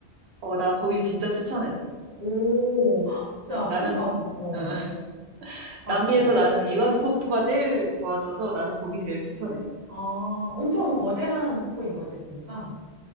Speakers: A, on the right; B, on the right.
A: 어, 나 거기 진짜 추천해.
B: 오, <gasps> 진짜
A: 나는,
B: 꼭 가,
A: 음,
B: 어,
A: 어, <laughs>
B: 가볼게.
A: 남미에서 나는 이과수 폭포가 제일 좋았어서 나는 거기 제일 추천해.
B: 아, 엄청 거대한 폭포인 거지, 그러니까.